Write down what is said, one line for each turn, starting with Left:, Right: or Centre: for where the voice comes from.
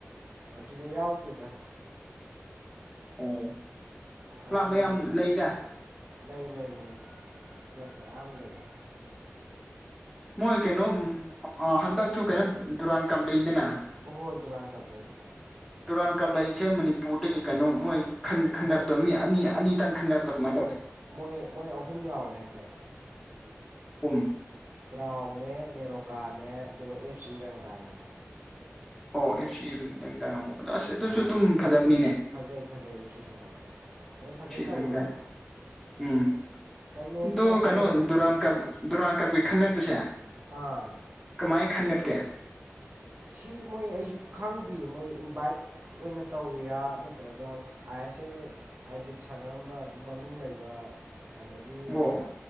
Right: ꯑꯗꯨꯗ ꯌꯥꯎꯗꯦꯗ
Centre: ꯑꯣ ꯀ꯭ꯂꯥꯞ
Right: ꯑꯗꯨꯒꯤ
Centre: ꯃꯌꯥꯝ ꯂꯩꯗ
Right: ꯂꯩ ꯂꯩ ꯂꯩ ꯀ꯭ꯂꯕ ꯃꯌꯥꯝ ꯂꯩꯌꯦ
Centre: ꯃꯣꯏ ꯀꯩꯅꯣ ꯎ ꯍꯟꯗ ꯆꯨ ꯀꯩꯅꯣ ꯗꯨꯔꯥꯟ ꯀꯝꯄ꯭ꯂꯗꯦꯅ
Right: ꯍꯣꯏ ꯗꯔꯥꯡ ꯀꯄ ꯂꯩ
Centre: ꯗꯨꯨꯔꯥꯟ ꯀꯞ ꯂꯩꯔꯤꯁꯦ ꯃꯅꯤꯄꯨꯔꯗꯒꯤ ꯀꯩꯅꯣ ꯃꯣꯏ ꯈꯟꯗꯄꯗꯣ
Right: ꯃꯣꯏ
Centre: ꯃꯤ ꯑꯅꯤ ꯑꯅꯤ ꯇꯪꯒꯗ꯭ꯔ ꯀꯃꯥꯏ ꯇꯧꯦ
Right: ꯃꯣꯏ ꯃꯣꯏ ꯑꯍꯨꯝ ꯌꯥꯎꯋꯦ ꯍꯟꯇꯛ
Centre: ꯎꯝ
Right: ꯇꯔꯥꯎꯅꯦ ꯅꯦꯔꯣꯀꯥꯅꯦ ꯑꯗꯨꯒ ꯑꯦꯞ ꯁꯤ ꯔꯪꯗꯥꯏꯅꯦ
Centre: ꯑꯣ ꯑꯦ ꯁꯤ ꯂꯦꯡꯗꯥ ꯑꯁ ꯑꯗꯨꯁꯨ
Right: ꯑꯥ
Centre: ꯑꯗꯨꯝ ꯐꯖꯕꯅꯤꯅꯦ
Right: ꯐꯖꯩ ꯐꯖꯩ ꯑꯦꯐ ꯁꯤ ꯔꯪꯗꯥꯏ ꯐꯖꯩ ꯃꯣꯏ ꯐꯖꯅ
Centre: ꯁꯤ
Right: ꯇꯧꯋꯦ
Centre: ꯂꯦꯡꯗꯥ
Right: ꯑꯗꯨ
Centre: ꯎꯝ
Right: ꯀꯩꯅꯣꯅꯤꯗ
Centre: ꯑꯗꯨꯗꯨ ꯀꯩꯅꯣ
Right: ꯕꯣꯜ
Centre: ꯗꯨꯔꯥꯟ ꯀ ꯗꯨꯔꯥꯟ ꯀꯛꯒꯤ ꯈꯟꯒꯠꯄꯨꯁꯦ
Right: ꯎꯝ
Centre: ꯃꯥꯏ ꯈꯟꯒꯠꯀꯦ
Right: ꯁꯤ ꯃꯣꯏ ꯑꯩꯁꯨ ꯈꯪꯗꯦ ꯃꯣꯏ ꯏꯟꯚꯥꯏꯠ ꯑꯣꯏꯅ ꯇꯧꯋꯤꯔꯥ ꯅꯠꯇ꯭ꯔꯒ ꯑꯥꯏ ꯑꯦꯁ ꯑꯦꯜ ꯑꯥꯏ ꯂꯤꯛ ꯁꯥꯟꯅꯔꯝꯕ ꯑꯗꯨꯝ ꯃꯃꯤꯡ ꯂꯩꯕ ꯑꯗꯒꯤ
Centre: ꯑꯣ
Right: ꯆ